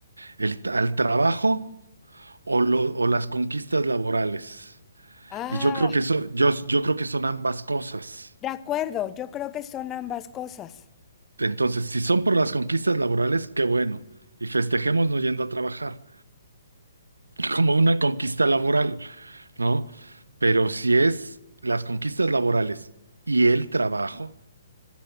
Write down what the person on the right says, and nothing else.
¿El, al trabajo o, lo- o las conquistas laborales?
Y yo creo que eso, yo, yo creo que son ambas cosas.
Entonces, si son por las conquistas laborales, qué bueno. Y festejemos no yendo a trabajar, <laughs> como una conquista laboral, ¿no? Pero si es las conquistas laborales y el trabajo,